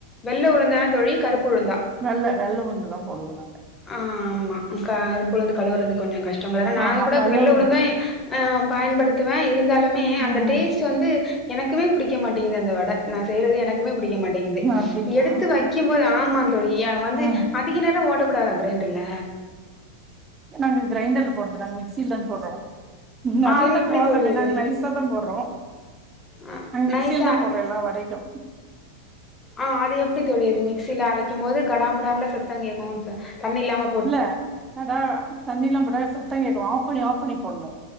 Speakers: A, on the left; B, on the right.
A: வெள்ள உளுந்தா தோழி கருப்பு உளுந்தா
B: நல்ல வெள்ள உளுந்துதா போடுவோம் நாங்க
A: ஆ ஆ ஆமா கருப்பு
B: ம்
A: உளுந்து கழுவுறது கொஞ்சோ கஷ்டம் வேற நாங்க
B: ஆமா
A: கூட வெள்ள
B: உளுந்து
A: உளுந்தா ஆ பயன்படுத்துவேன் இருந்தாலுமே அந்த
B: ம்
A: டேஸ் ட்டு வந்து எனக்குமே புடிக்க மாட்டேங்குது அந்த வட நா செய்யறது எனக்குமே புடிக்க மாட்டேங்குது
B: அப்டிங்களா
A: எடுத்து வை க்கும் போது ஆமா தோழி வந்து
B: ம்
A: அதிக நேரம் ஓடக்கூடாதா கிரைண்டர்ல
B: நாங்க கிரைண்டர்ல போடுறதில்ல மிக்சியில தா போடுறோம் ம்
A: ஆ
B: அதிக
A: அது
B: நேரோ
A: எப்டி
B: ஓடலாமே
A: தோழி அது
B: நாங்க நைசா தா போடுறோ
A: ஆ
B: நா மிக்சியில
A: நைஸா
B: தா போடுறோ எல்லா வடைக்கும்
A: ஆ அது எப்டி தோழி அது மிக்சில அரைக்கும் போது கடாமுடான்ல சத்தம் கேட்கும் தண்ணியில்லாம
B: இல்ல அதா தண்ணில்லா போட்டா சத் தங் கேக்கும் ஆஃப் பண்ணி ஆஃப் பண்ணி போடணும்